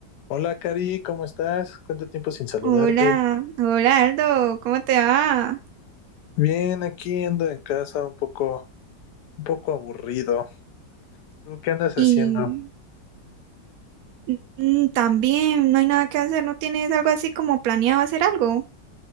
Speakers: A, on the left; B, on the right.
A: Hola Cari, ¿cómo estás? ¿Cuánto tiempo sin saludarte?
B: Hola, hola Aldo, ¿cómo te va?
A: Bien, aquí ando en casa un poco, un poco aburrido. ¿Tú qué andas haciendo?
B: Y mm, mm, también no hay nada que hacer, ¿no tienes algo así como planeado hacer algo?